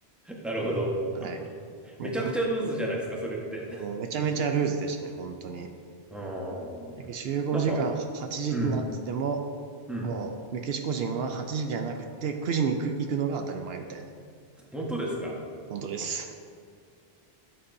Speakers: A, in the centre; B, on the right.
A: なるほど。
B: はい。もうほん、
A: めちゃくちゃルーズじゃないですか、それって。
B: でもめちゃめちゃルーズでしたね、本当に。
A: <laughs> ああ、
B: だけど集合時間8時になってても、
A: なんか、うん、うん。
B: もうメキシコ人は8時じじゃなくて9時にく行くのが当たり前みたいな。
A: 本当ですか
B: 本当です。